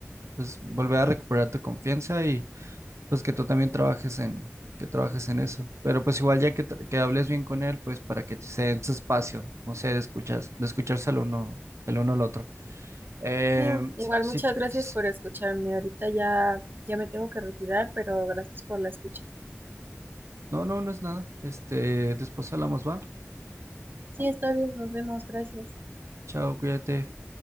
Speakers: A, on the right; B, on the right.
A: pues volver a recuperar tu confianza y pues que tú también trabajes en, que trabajes en eso. Pero pues igual ya que, tra- que hables bien con él, pues para que se den su espacio, no sé, de escuchas, de escucharse el uno, el uno al otro. Eh,
B: Sí, igual
A: si, si
B: muchas
A: quieres-
B: gracias por escucharme. Ahorita ya, ya me tengo que retirar, pero gracias por la escucha.
A: no, no, no es nada. Este, después hablamos, va.
B: Sí, está bien, nos vemos, gracias.
A: Chao, cuídate.